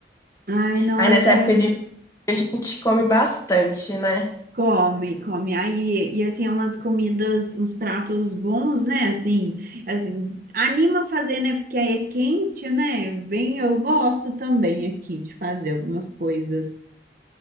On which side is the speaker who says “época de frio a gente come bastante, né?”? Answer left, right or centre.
Left